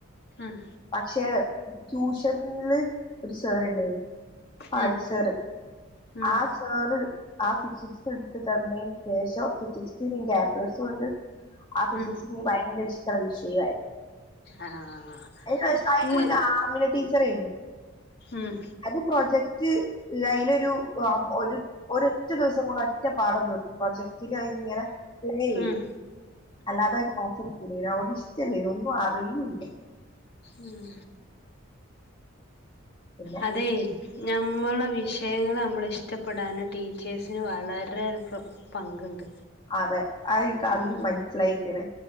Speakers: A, on the left; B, on the left.
A: ആഹ്,
B: പക്ഷെ ട്യൂഷന്ല്- ഒരു സാറ്ണ്ടേനി, <unintelligible>
A: ഉം ഉം
B: സാറ്
A: ഉം
B: ആഹാ സാറ്. ആഹാ ഫിസിക്സ് എടുത്ത്. തന്നയിന് ശേഷം ഫിസിക്സ്‌ല്- ഇൻക്ക് എപ്ലസ് ഉണ്ട്. ആ ഫിസിക്സിനി
A: ഉം
B: ഭയങ്കര- ഇഷ്ടള്ള വിഷയമായി.
A: ആഹ്
B: കഴിഞ്ഞ വർഷ അയിന്
A: പിന്നെ
B: മുമ്പ്- ആമിന ടീച്ചറെ-
A: ഉം
B: അത് പ്രൊജക്ട്, അയ്ലൊരു, ഒരു- ഒരൊറ്റ ദിവസം കൊണ്ട് ഒറ്റ- പാടം തീർക്കും പ്രൊജക്- റ്റ്ലയിങ്ങനെ പിന്നെയ്
A: ഉം
B: അല്ലാതെ. അവ്ടെ ഇഷ്ടല്ലേ ഒന്നും അറിയൂല്ല.
A: ഉം,
B: പിന്നെ
A: അതെയ് ഞമ്മളെ വിശ- ഷയങ്ങള് നമ്മളിഷ്ടപ്പെടാന്- ടീച്ചേഴ്സിന് വളരെ പങ്കുണ്ട്.
B: അതെ അയിൻക്കന്ന്-
A: ഉം
B: മനസ്സിലായിക്ക്ണ്.